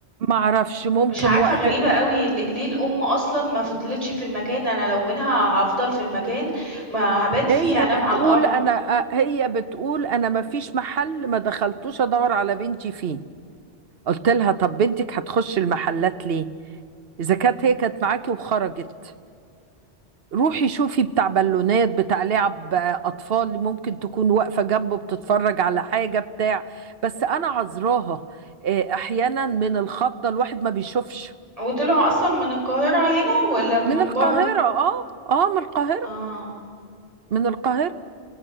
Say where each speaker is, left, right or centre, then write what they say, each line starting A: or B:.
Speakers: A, on the right; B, on the right.
A: ما اعرفش ممكن
B: مش عارفة
A: وقت
B: غريبة
A: ال...
B: قوي ل- ليه الام اصلا ما فضلتش في المكان انا لو منها هفضل في المكان ما هبات فيه
A: هي
B: هنام
A: بتقول
B: على الارض
A: انا أ- هي بتقول انا ما فيش محل ما دخلتوش ادور على بنتي فيه قلت لها طب بنتك هتخش المحلات ليه اذا كانت هي كانت معاكي وخرجت روحي شوفي بتاع بالونات بتاع لعب اطفال ممكن تكون واقفه جنبه بتتفرج على حاجه بتاع بس انا عذراها آه، احيانا من الخضه الواحد ما بيشوفش
B: وطلعوا اصلا من القاهرة هنا ولا من
A: من القاهره
B: بره
A: اه اه من القاهره
B: اه
A: من القاهره